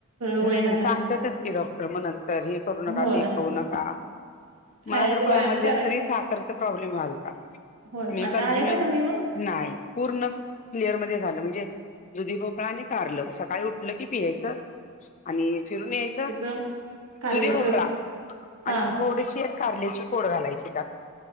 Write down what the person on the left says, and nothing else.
हम्म
सांगतातच की डॉक्टर मग नंतर हे करू नका
ते खाऊ नका. मला
तर परवा
मध्यंतरी
साखर प्रॉब्लेम झालता.
मी
कंटिन्यू
नाय पूर्ण, क्लिअर मध्ये झालं, म्हणजे दुधी भोकळा आणि कारलं सकाळी उठलं की पियायचं. आणि फिरून यायचं.
दुधी भोपळा
आणि थोडीशी कारल्याची फोड घालायची त्यात.